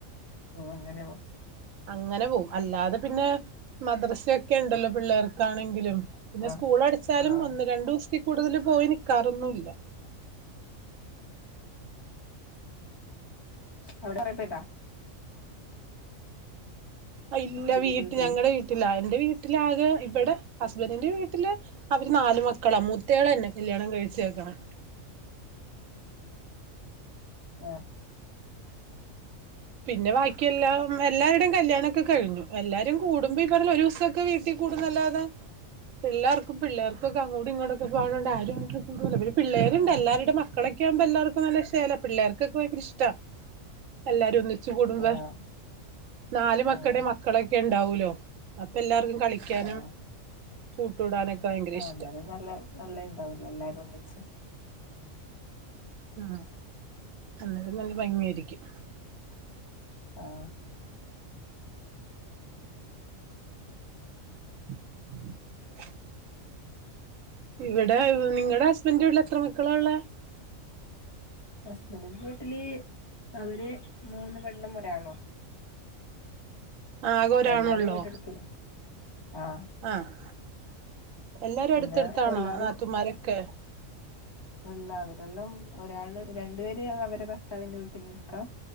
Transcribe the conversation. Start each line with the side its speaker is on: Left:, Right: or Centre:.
Left: ഓ അങ്ങനെവാ
Right: അങ്ങനെ പോവും അല്ലാതെ പിന്നെ മദ്രസൊക്കെ ഉണ്ടല്ലോ പിള്ളേർക്കാണെങ്കിലും പിന്നെ
Left: ആഹ്
Right: സ്കൂൾ അടച്ചാലും
Left: ആഹ്
Right: ഒന്ന് രണ്ടു ദിവസത്തി കൂടുതലും പോയി നിക്കാറൊന്നുംല്ല
Left: അവിടെ പൊറപ്പോട്ടാ
Right: ഇല്ല
Left: ഹസ്ബൻഡിന്റെ
Right: വീട്ടി
Left: വീട്ടില്
Right: ഞങ്ങടെ വീട്ടിലാ എന്റെ വീട്ടിലാകെ ഇവിടെ ഹസ്ബൻഡിന്റെ വീട്ടില് അവര് നാല് മക്കളാ മൂത്തേളാ എന്നെകല്യാണം കഴിച്ചേക്കണേ
Left: ആഹ്
Right: പിന്നെ ബാക്കിയെല്ലാം എല്ലാരുടെയും കല്യാണംഒക്കെ കഴിഞ്ഞു എല്ലാരും കൂടുമ്പോക്കെ ഈ പറഞ്ഞ ഒരു ദിവസംക്കെ വീട് ട്ടി കൂടുംന്നല്ലാതെ പിള്ളാർക്കും പിള്ളാർക്കൊക്കെ അങ്ങോടും ഇങ്ങോട്ക്കെ പാടണ്ട് ആരും ഒര് ഇവര് പിള്ളേരുണ്ട്
Left: ആഹ്
Right: എല്ലാരുടെ മക് കളിക്കാമ്പോ എല്ലാർക്കും നല്ല ഷേല പിള്ളേർക്കൊക്കെ ഭയങ്കര ഇഷ്ടാ എല്ലാരും ഒന്ന് ച്ചൂടുമ്പ
Left: ആഹ്
Right: നാല് മക്കടെ
Left: ആഹ്
Right: മക് മക്കളൊക്കെ ഉണ്ടാവൂല്ലോ അപ്പം എല്ലാർക്കും കളിക്കാനും
Left: ആഹ്
Right: കൂട്ടൂടാനൊക്കെ ഭയങ്കര
Left: ആഹ്
Right: ഇഷ്ടം
Left: അന്നേരം നല്ല നല്ലേ ഇണ്ടാവൂലേ എല്ലാരും ഒന്നിച്ച്
Right: ഉം അന്നിട്ട് നല്ല ഭംഗിയായിരിക്കും
Left: ആഹ്
Right: <unintelligible> <inaudible> ഇവിടെ നിങ്ങള്ടെ ഹസ്ബൻഡ്ന്റെ വീട്ടിൽ എത്ര മക്കളാ ഉള്ളെ
Left: ഹസ്ബന്റിന്റെ വീട്ടില് അവര് മൂന്ന് പെണ്ണും ഒരു ആണുംആ
Right: ആകെ ഒരാണുള്ളോ
Left: എല്ലാരും വീടെടുത്ത് ആഹ്
Right: ആഹ് എല്ലാരും
Left: പിന്നെ
Right: അടുത്തടുത്താണോ
Left: എല്ലാരും
Right: നാതുൻമാരൊക്കെ
Left: <unintelligible> <inaudible> അല്ല അവരെല്ലാം ഒരാള് രണ്ടു പേര് അവരെ ഭർത്താവിന്റെ വീട്ടിൽ നിക്കാ